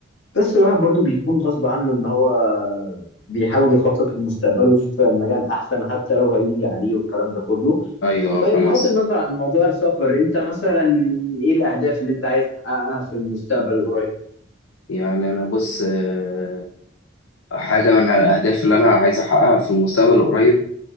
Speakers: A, on the left; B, on the left.
A: بس الواحد برضو بيكون غصب عنه ان هو بيحاول يخطط لمستقبله في مجال احسن حتى لو هيجي عليه والكلام ده كله
B: ايوه
A: طيب
B: فاهم
A: بغض
B: قصدك.
A: النظر عن موضوع السفر انت مثلا ايه الاهداف اللي انت عايز تحققها في المستقبل القريب
B: يعني انا بص آه، حاجه من الاهداف اللي انا عايز احققها في المستقبل القريب